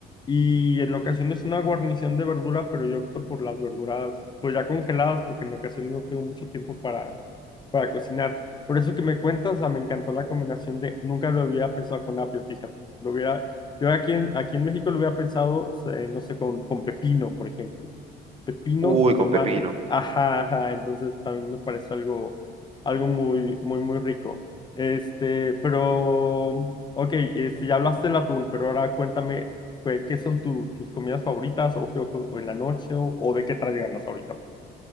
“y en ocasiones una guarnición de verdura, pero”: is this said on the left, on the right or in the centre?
Left